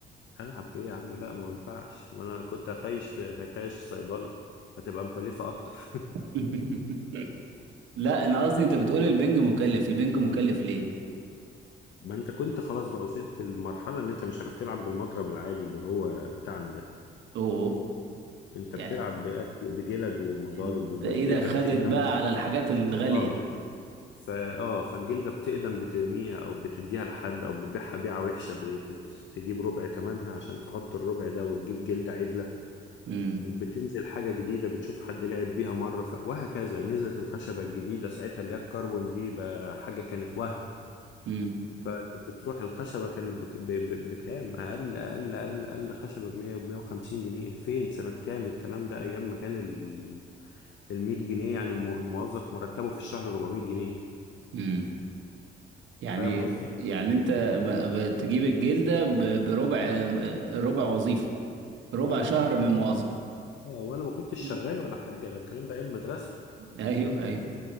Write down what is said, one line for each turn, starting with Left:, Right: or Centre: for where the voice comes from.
Left: هلعب ايه يا عم لا ما ينفعش ما انا كنت هخيش في هيخيش في الصيدلة هتبقى مكلفة اكتر
Right: <laughs> لا انا قصدي انت بتقول البنج مكلف البنج مكلف ليه
Left: <laughs> ما انت كنت خلاص بقى وصلت المرحلة اللي انت مش عارف تلعب بالمضرب العادي اللي هو بتاعنا ده
Right: اوه
Left: انت بتلعب
Right: يعني
Left: بقى بجلد ومضارب
Right: انت
Left: والجلدة
Right: ايه ده خدت
Left: بتقدم
Right: بقى على الحاجات الغالية
Left: اه فا اه فالجلدة بتقدم بترميها أو بتديها لحد أو بتبيعها بيعة وحشة بتجيب ربع تمنها عشان تحط الربع ده وتجيب جلدة عدلة
Right: امم
Left: وبتنزل حاجة جديدة بتشوف حد لعب بيها مرة ف... وهكذا نزلت الخشبة الجديدة ساعتها اللي هي الكربون دي بقى حاجة كانت وهم
Right: امم
Left: فبتروح الخشبة كانت بك... ب... ب... بكام أقل أقل أقل أقل خشبة بمية بمية وخمسين جنيه فين سنة كام الكلام ده أيام ما كان ال... المية جنيه يعني الم- الموظف مرتبه في الشهر 400 جنيه
Right: امم يعني
Left: فاهم قصدي؟
Right: يعني انت ب- بتجيب الجلدة ب- بربع ربع وظيفة ربع
Left: اه
Right: شهر
Left: آه.
Right: من موظف
Left: آه، وانا ما كنتش
Right: مم.
Left: شغال ولا حاجه ده الكلام ده ايام المدرسه
Right: ايوه ايوه